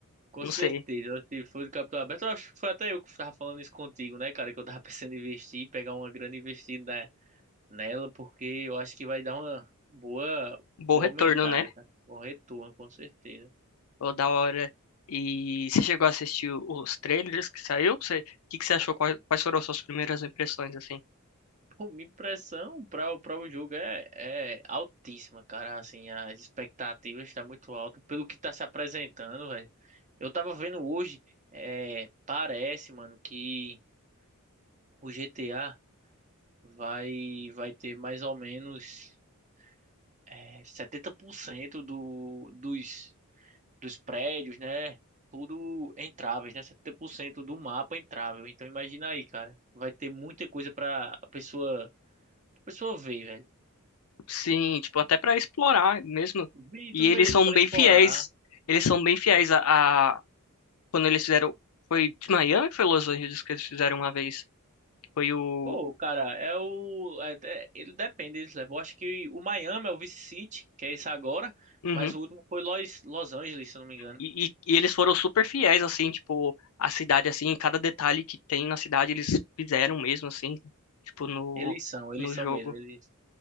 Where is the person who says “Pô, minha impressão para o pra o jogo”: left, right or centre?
Right